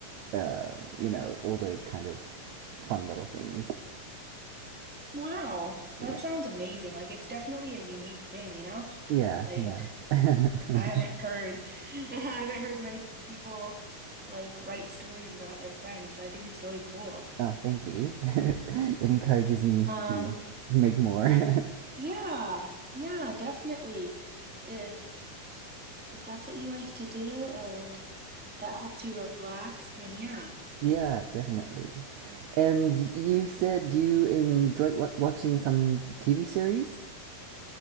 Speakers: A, on the right; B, in the centre.
A: uh, you know, all those kind of fun little things.
B: Wow.
A: Yeah,
B: That sounds amazing. Like it's definitely a unique thing, you know?
A: yeah,
B: Like
A: yeah. <laughs>
B: I haven't heard, <laughs> I haven't heard many people like write stories about their friends, so I think it's really cool.
A: Oh, thank you. <laughs> It encourages me
B: Um,
A: to make more. <laughs>
B: yeah, yeah, definitely. If if that's what you like to do and that helps you relax, then yeah.
A: Yeah, definitely. And you said you enjoyed wa watching some TV series?